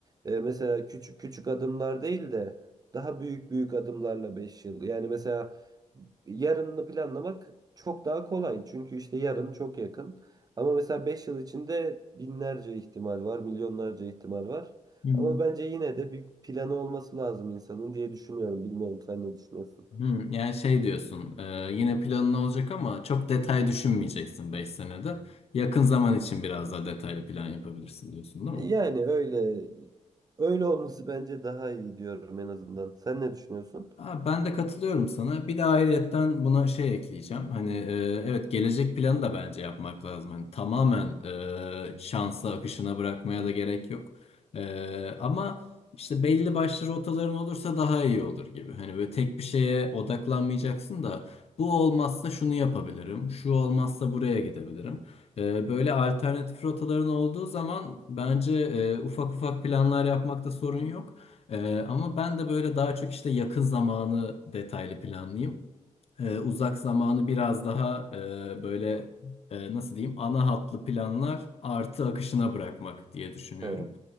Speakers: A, on the right; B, on the left.
A: e, mesela küçük küçük adımlar değil de daha büyük büyük adımlarla 5 yıl. Yani mesela yarınını planlamak çok daha kolay. Çünkü işte yarın çok yakın. Ama mesela 5 yıl içinde binlerce ihtimal var, milyonlarca ihtimal var.
B: Hmm.
A: Ama bence yine de bir planı olması lazım insanın diye düşünüyorum. Bilmiyorum sen ne düşünüyorsun?
B: Hmm. Yani şey diyorsun e, yine planın olacak ama çok detay düşünmeyeceksin 5 senede. Yakın zaman için biraz daha detaylı plan yapabilirsin diyorsun değil
A: Yani
B: mi?
A: öyle öyle olması bence daha iyi diyorum en azından. Sen ne düşünüyorsun?
B: Ha, ben de katılıyorum sana. Bir de ayrıyetten buna şey ekleyeceğim. Hani e, evet gelecek planı da bence yapmak lazım. Hani tamamen e, şansa, akışına bırakmaya da gerek yok. E, ama işte belli başlı rotaların olursa daha iyi olur gibi. Hani böyle tek bir şeye odaklanmayacaksın da bu olmazsa şunu yapabilirim, şu olmazsa buraya gidebilirim. E, böyle alternatif rotaların olduğu zaman bence e, ufak ufak planlar yapmakta sorun yok. Ee, ama ben de böyle daha çok işte yakın zamanı detaylı planlayayım. Ee, uzak zamanı biraz daha e, böyle e, nasıl diyeyim ana hatlı planlar artı akışına bırakmak diye düşünüyorum.
A: He,